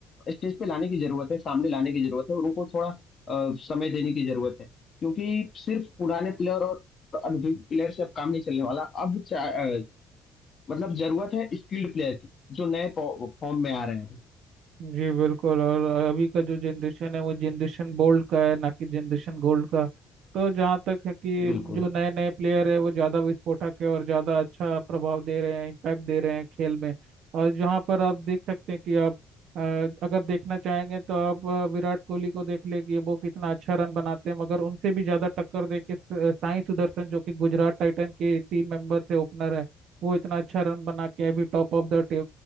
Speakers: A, on the left; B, on the right.
A: स्टेज पे लाने की जरूरत है सामने लाने की जरूरत है और उनको थोड़ा अ, समय देने की जरूरत है क्योंकि सिर्फ पुराने प्लेयर और अनुभवी प्लेयर से अब काम नहीं चलने वाला अब चा- अ, मतलब जरूरत है स्किल्ड प्लेयर की जो नए फॉर्म में आ रहे हैं
B: जी बिल्कुल और अभी का जो जनरेशन है वो जनरेशन गोल्ड का है ना कि जनरेशन गोल्ड का तो जहाँ तक है कि
A: बिल्कुल
B: जो नए नए प्लेयर है वो ज़्यादा विस्फोटक है और ज़्यादा अच्छा प्रभाव दे रहे हैं इम्पैक्ट दे रहे हैं खेल में और जहाँ पर आप देख सकते हैं कि आप अ, अगर देखना चाहेंगे तो आप अ, विराट कोहली को देख ले कि वो कितना अच्छा रन बनाते हैं मगर उनसे भी ज़्यादा टक्कर दे के स- साई सुदर्शन जो कि गुजरात टाइटन के टीम मेंबर से ओपनर है वो इतना अच्छा रन बना के अभी top of the